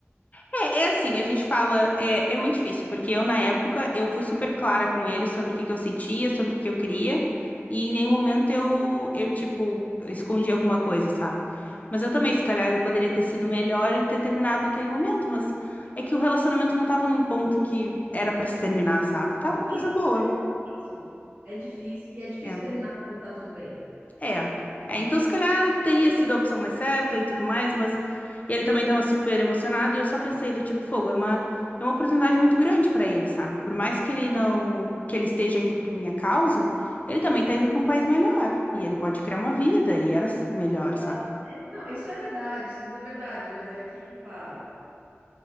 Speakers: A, on the left; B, on the right.
A: É, é assim, a gente fala, é, é muito difícil, porque eu na época eu fui super clara com ele sobre o que que eu sentia, sobre o que que eu queria, e em nenhum momento eu, eu tipo, escondi alguma coisa, sabe? Mas eu também, se calhar, eu poderia ter sido melhor e ter terminado naquele momento, mas é que o relacionamento não tava num ponto em que era pra se terminar, sabe? Tava uma coisa
B: isso,
A: boa.
B: é difícil. É difícil. E é difícil
A: é.
B: terminar quando tá tudo bem.
A: É. É, então se calhar teria sido a opção mais certa e tudo mais, mas e ele também tava super emocionado e eu só pensei do tipo, fogo, é uma é uma oportunidade muito grande pra ele, sabe? Por mais que ele não que ele esteja indo por minha causa, ele também tá indo pra um país melhor e ele pode criar uma vida e era s- melhor,
B: Exatamente.
A: sabe?
B: Não, isso é verdade, isso tudo é verdade, mas é que, pá,